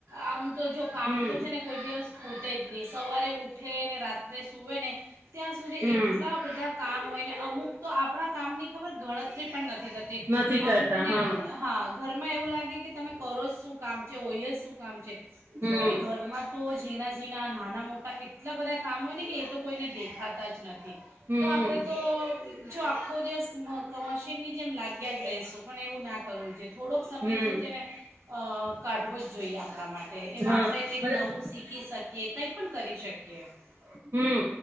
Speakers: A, on the right; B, on the right.
A: આમ તો જો કામ
B: હમ
A: તો છે ને કોઈ દિવસ ખૂટે જ ની, સવારે ઉઠ ઠે ને રાત ત્રે સૂવે ને ત્યાં સુધી
B: હમ
A: એટલા બધા કામ હોયને, અમુક આપણા કામની ખબર ગણતરી પણ નથી થતી,
B: નથી
A: અમુક
B: કરતા
A: ને
B: હા
A: હા ઘરમાં એવું લાગે કે તમે કરો શું <unintelligible> હોય જ સુ કામ છે.
B: હમ
A: અરે ઘરમાં તો જ ઝીણા-ઝીણા, નાના મોટા એટલા બધા કામ હોય ને કે એ તો કોઈને દેખાતા જ ન થી,
B: હમ
A: તો આપણે તો ખો દિવસ મ ક મશીનની જેમ લાગ્યા જ રેસું પણ એવું ના કરવું જોઈએ, થોડોક સમય
B: હમ
A: તો જે ને અહ. કાઢવો જ જોઈએ આપણા માટે. એમાં
B: હા
A: આપણે કંઈક
B: મતલબ
A: નવું શીખી શકીએ કંઈ પણ કરી શકીએ. કે
B: હમ